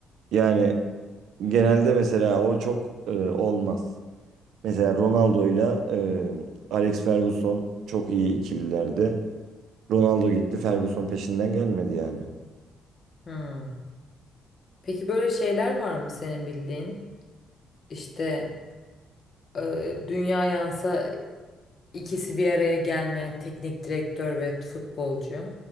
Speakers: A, on the right; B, on the left.
A: yani genelde mesela o çok e, olmaz. Mesela Ronaldo'yla e, Alex Ferguson çok iyi ikililerdi. Ronaldo gitti. Ferguson peşinden gelmedi yani.
B: Hmm. Peki böyle şeyler var mı senin bildiğin? İşte e, dünya yansa İkisi bir araya gelmeyen teknik direktör ve futbolcu.